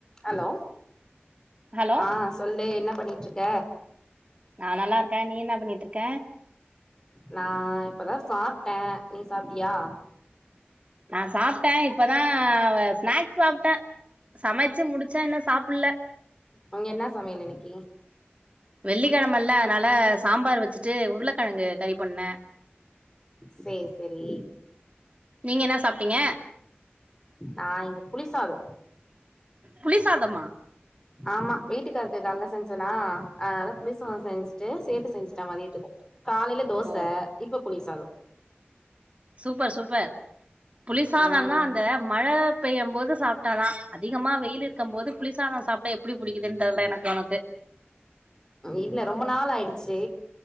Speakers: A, on the left (about 15°); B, on the right (about 30°).
A: Hello
B: hello
A: ஆ சொல்லு என்ன பண்ணிட்ருக்க
B: நா நல்லாருக்க நீ என்ன பண்ணிட்ருக்க
A: நா இப்பதா சாப்ட்ட நீ சாப்ட்டியா
B: நா சாப்ட்ட இப்பதா வ ஸ்நாக் சாப்ட்ட சமைச்சு முடிச்சா இன்னு சாப்பில்ல
A: அங்க இன்னா சமையல் இன்னிக்கி
B: வெள்ளிக்கெழமல்ல அதனால சாம்பார் வச்சுட்டு உருளக்கெழங்கு கறி பண்ண
A: சேர் செரி
B: நீங்க என்ன சாப்பிட்டீங்க
A: நா இங்க புளிசாதோ
B: புளி சாதமா
A: ஆமா வீட்டுக்காருக்கு கால்ல செஞ்சனா அதனால புளிசாதம் செஞ்சுட்டு சேத்து செஞ்சுட்ட மதியதுக்கு காலைல தோச
B: ஓ
A: இப்ப புளி சாதம்
B: சூப்பர் சூப்பர் புளிசாதல்லா
A: ம்
B: அந்த மழ பெய்யும் போது சாப்ட்டாதா அதிகமா வெயில் இருக்கும் போது புளிசாதம் சாப்ட்டா எப் டி புடிக்குதுன் தெர்ல எனக்கு ஒனக்கு
A: இல்ல ரொம்ப நாள் ஆயிடுச்சு